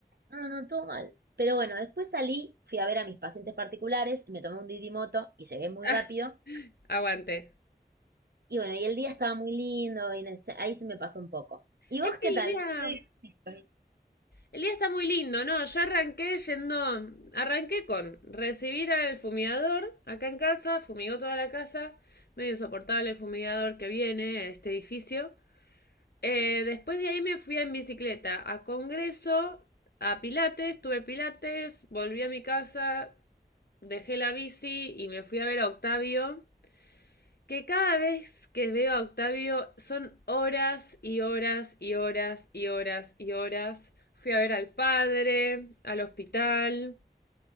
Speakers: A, on the right; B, on the left.
A: no, no, no, todo mal. Pero bueno, después salí, fui a ver a mis pacientes particulares, me tomé un didimoto y llegué muy
B: <laughs>
A: rápido.
B: Ah, aguante.
A: Y bueno, y el día estaba muy lindo y ahí se me pasó un poco. ¿Y
B: Es
A: vos
B: que
A: qué
B: el
A: tal?
B: día,
A: ¿Qué hiciste?
B: el día está muy lindo, ¿no? Yo arranqué yendo, arranqué con recibir al fumigador acá en casa, fumigó toda la casa, medio insoportable el fumigador que viene a este edificio. Eh, después de ahí me fui en bicicleta a Congreso, a Pilates, tuve Pilates, volví a mi casa, dejé la bici y me fui a ver a Octavio, que cada vez que veo a Octavio son horas y horas y horas y horas y horas. Fui a ver al padre, al hospital,